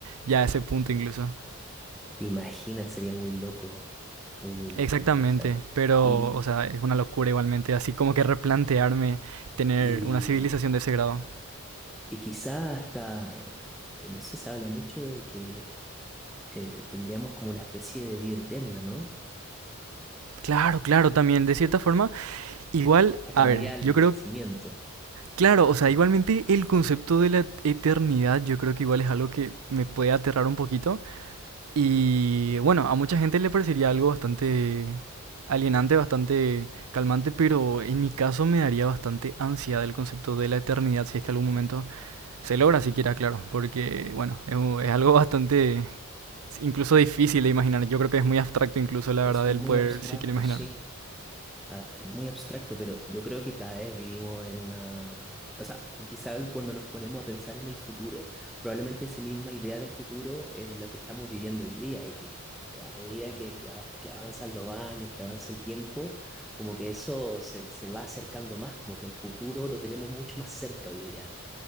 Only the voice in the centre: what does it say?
¿Te imaginas? Sería muy loco, muy, muy loco,
¿no? O sea,
y,
y,
y quizá hasta, eh, no sé, se habla mucho de que eh, tendríamos como una especie de vida eterna, ¿no?
Se acabaría
el
envejecimiento.
<laughs>
Es
muy
abstracto,
sí. Ah, es muy abstracto, pero yo creo que cada vez vivimos en una... O sea, quizá cuando nos ponemos a pensar en el futuro, probablemente esa misma idea de futuro es lo que estamos viviendo hoy día y que, que a medida que, que, av- que avanzan los años, que avanza el tiempo, como que eso se, se va acercando más, como que el futuro lo tenemos mucho más cerca hoy día,